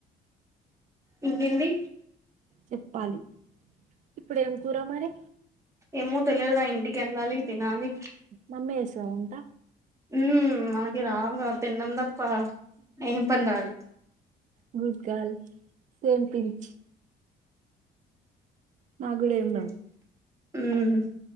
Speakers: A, on the right; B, on the right.
A: ఎంద ఎంది
B: చెప్పాలి ఇప్పుడు ఏం కూర మరి
A: ఏమో తెలియదు రా ఇంటికి వెళ్ళాలి తినాలి
B: మమ్మసా ఉంట
A: ఉమ్ మనకి రావుగా తినడం తప్ప ఏం పని రాదు
B: గుడ్ గల్ సేమ్ పించ్ నాకు కూడా ఏం
A: అే
B: రావు
A: ఉమ్మ్